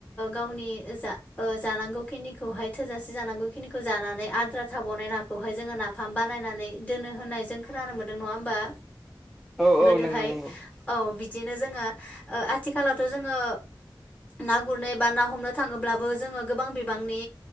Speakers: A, on the left; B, in the centre.
A: गावनि जा ओ जानांगौ खिनिखौहाय थोजासे जानांगौ खिनिखौ जानानै आद्रा थाबावनाय नाखौहाय जोङो नाफाम बानायनानै दोनो होननाय जों खोनानो मोन्दों नङा होमबा
B: औ औ
A: गोदोहाय
B: नंगौ नंगौ
A: औ बिदिनो जोङो आथिखालावथ' जोङो ना गुरनो एबा ना हमनो थाङोब्लाबो जोङो गोबां बिबांनि